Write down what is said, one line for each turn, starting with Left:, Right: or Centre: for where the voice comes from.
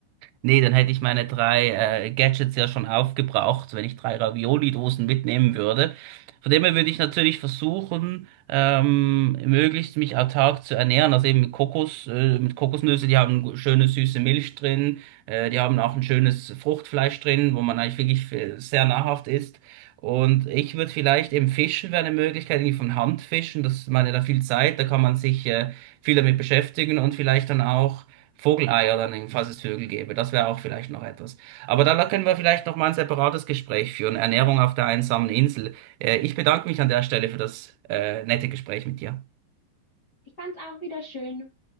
Right: Nee, dann hätte ich meine drei äh, Gadgets ja schon aufgebraucht, wenn ich drei Ravioli-Dosen mitnehmen würde. Von dem her würde ich natürlich versuchen, ähm, möglichst mich autark zu ernähren, also eben mit Kokos, äh, mit Kokosnüsse, die haben schöne süße Milch drin, äh, die haben auch ein schönes Fruchtfleisch drin, wo man eigentlich wirklich äh, sehr nahrhaft isst. Und ich würde vielleicht eben Fischen wäre eine Möglichkeit, irgendwie von Hand fischen, das ich meine da viel Zeit, da kann man sich äh, viel damit beschäftigen und vielleicht dann auch Vogelei oder nehmen, falls es Vögel gäbe. Das wäre auch vielleicht noch etwas. Aber da können wir vielleicht noch mal ein separates Gespräch führen. Ernährung auf der einsamen Insel. Äh, ich bedanke mich an der Stelle für das äh, nette Gespräch mit dir.
Left: Ich fand's auch wieder schön.